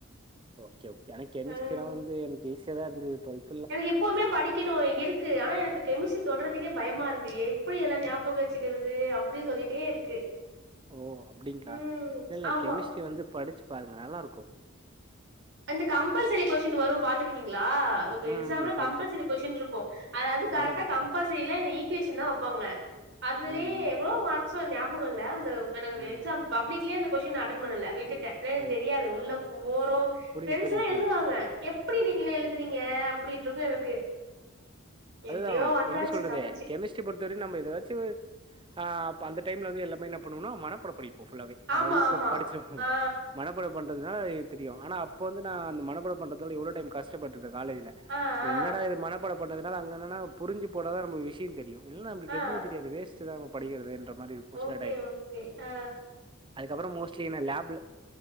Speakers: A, on the right (about 25°); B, on the right (about 60°).
A: ஓக்கே ஓக்கே ஆனா கெமிஸ்ட்ரி
B: ம்
A: எல்லா வந்து எனக்கு இசியா தா இருந்து டுவல்த்
B: எனக்கு எப்போதுமே படிக்கணு இருக் கு ஆனா எனக்கு கெமிஸ்ரி தொடுறதுக்கே பயமா இருக்கு எப்டி எல்லா ஞாபக வச்சுக்கிறது அப்டின்னு சொல்லிட்டே இருக்கு
A: ஓ அப்டிங்களா
B: ம்
A: இல்ல இல்ல
B: ஆமா
A: கெமிஸ்ட்ரி வந்து படிச்சு பாருங்க நல்லாருக்கு
B: அந்த கம்பல்சரி கொஸ்டின் வரு பாத்திருக்கீங்களா உங்க
A: ம்,
B: எக்ஸாம்ல
A: ம். படிச்சேன்.
B: கம்பல்சரி கொஸ்டின் இருக்கு அதாவது கரெக்டா
A: அத மட்
B: கம் அப்பாசைல இந்த ஈக்குவேஷன் தா வெப்பாங்க அதுலேயே
A: ம், ம்,
B: எவ்ளோ மார்க்ஸோ ஞாபகமில்ல அந்த எனக்கு எக்ஸாம்
A: ம்.
B: பப்ளிக்லயே அந்த கொஸ்டின் அட்டன் பண்ணல விட்டுட்டே ஏனா எனக்கு
A: ஓ!
B: தெரியாது
A: அப்
B: உள்ள போறோ
A: புரியுது
B: பிரண்ட்ஸ்சுனா
A: புரியுது
B: எழுதுவாங்க
A: புரியுது.
B: எப்டி நீங்களே எழுதுறீங்க அப்டின்ட்ருக்கு எனக்கு
A: அதுதா
B: எப்டியோ வந்தாச்சு
A: எப்டி சொல்றது
B: தப்பிச்சு
A: கெமிஸ் பொறுத்தவரைக்கும் நம்ம ஏதாச்சு அ அப் அந்த டைம்ல வந்து எல்லாமே என்ன பண்ணுனா மனப்பாடோ படி ப்பு புல்லாவே ஆ
B: ஆமா
A: ஈகோ
B: ஆமா
A: படிச்சிருவ ஓங்கட்டு
B: ஆ
A: மனப் படம் பண்றதுதா ஏ தெரியு ஆனா அப்ப வந்து நா அந்த மனபாடோ பண்றதோட எவ்ளோ டைம் கஷ்டப்பட்டுட்ட காலேஜில
B: ஆ ஆ
A: என்னடா இது மனப்பாட பண்ணதுனால அங்க என்னா புரிஞ்சி போடாதா நமக்கு விஷ்யோ தெரியு இல்லனா நமக்கு
B: ஆ
A: எதுமே தெரியாது வேஸ் ட்டுதா நம்மோ படிடுகிறதே என்றப் மாறி இருக்கு
B: ஓகே
A: சில டைம்
B: ஓகே ஆ
A: அதுக்கப்ரோம் மோஸ்லி என்ன லேப்ல